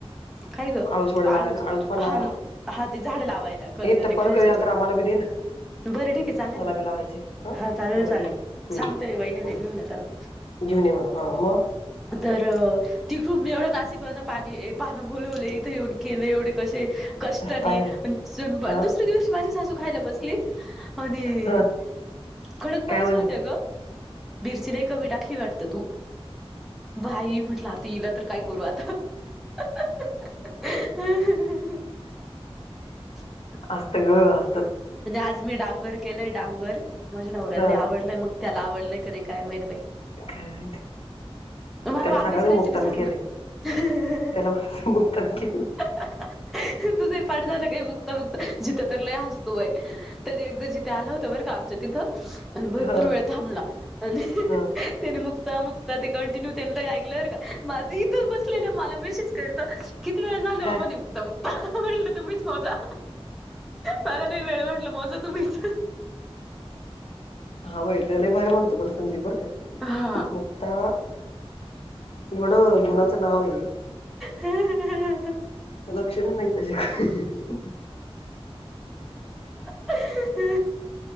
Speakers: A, in the centre; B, on the left.
A: काय ग,
B: आळूची वड्या
A: हालच-
B: लावायला आळूच पान लावायला
A: हान- हा ते झाड लावायला कंद
B: येत
A: ते
B: परत
A: खालचे.
B: कधी आलं तर आम्हाला बी दे ना
A: बरं ठीक आहे चालेल
B: मला
A: ना,
B: बी लावायचे
A: हा चालेल
B: मला
A: -चालेल
B: बी दे हम्म
A: सांगतय वहिनीले ते
B: हम्म.
A: घेऊन येताना.
B: घेऊन ये म्हणाव हा म
A: तर तिथून मी एवढं नाशिक वरन पाणी ये पानं बोलवले इथं येऊन केले एवढे कशे? कष्टानी
B: पाहिन
A: पण सुन बा
B: ह
A: दुसर्‍या दिवशी माझी सासू त बसली आणि
B: ह
A: कडक पायीच
B: काय म्हणे
A: होत्यात ग बीरची लई कमी टाकली वाटत तू बाई म्हटलं आ तिला तर काय करू आता <inaudible> ह ह ह ह <inaudible>
B: असत ग अस
A: म्हंजे आज मी डांगर केलंय डांगर माझ्या नवऱ्याला
B: हा
A: लई आवडलंय मग त्याला आवडलंय का नई काय माहीत बाई?
B: काय माहिती.
A: मला
B: त्याला
A: वांग्याची
B: सांगायचं
A: रेसिपी
B: मुक्तानी
A: सांग
B: केलय,
A: ना
B: त्याला म्हणायच मुक्तान केलं.
A: <inaudible> तुझंही पाठ झालं का हे मुक्ता- मुक्ता, जित्या तर लय हास तोय तरी एकदा जित्या आला होता बरं का आमच्या तिथं आणि भरपूर
B: हा
A: वेळ थांबला. आणि
B: हा
A: <inaudible> त्याने मुक्ता -मुक्ता ते कंटिन्यू त्यानी लई ऐकलं बरं का मा त इथंच बसलेलं मला मेसेज करतो. किती वेळा झालं
B: काय
A: ओ म्हणे मुक्ता- मुक्ता म्हणल तुम्हीच मोजा. मला नाही वेळ म्हंटलं मोजा तुम्हीच.
B: हा बाई ते लय भारी बालतो बर संधीप बरं काय.
A: हा
B: मुक्ता एवढ गुणाचं नाव हे.
A: हम्म हम् हम् ह् <inaudible>
B: लक्ष्मी मिळते <inaudible> <unintelligible> नाहीत तशी.
A: <inaudible>